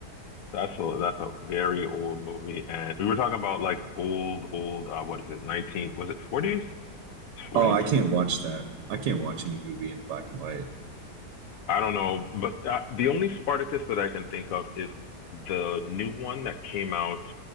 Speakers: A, on the left; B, on the right.
A: that's a that's a very old movie, and we were talking about like old old uh what is it? 19 was it 40s? 40s?
B: Oh, I can't watch that. I can't watch any movie in black and white.
A: I don't know, but uh, the only Spartacus that I can think of is the new one that came out